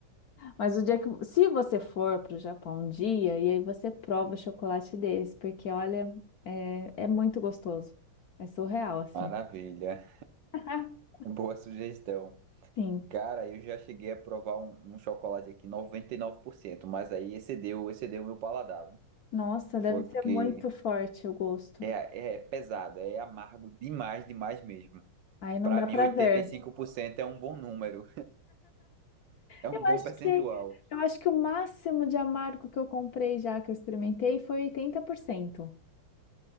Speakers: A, on the left; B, on the right.
A: Mas o dia que, se você for para o Japão um dia, e aí você prova o chocolate deles, porque olha, é, é muito gostoso. É surreal, assim.
B: maravilha.
A: <laughs>
B: Boa sugestão.
A: Sim.
B: Cara, eu já cheguei a provar um, um chocolate aqui 99%, mas aí excedeu, excedeu o meu paladar. viu?
A: Nossa,
B: Foi
A: deve ser
B: porque
A: muito forte o gosto.
B: é, é pesado, é amargo demais, demais mesmo.
A: Aí não
B: Pra
A: dá
B: mim,
A: prazer.
B: oitenta e cinco por cento é um bom número, <laughs> é um
A: Eu
B: bom
A: acho
B: percentual.
A: que eu acho que o máximo de amargo que eu comprei já que eu experimentei foi 80%.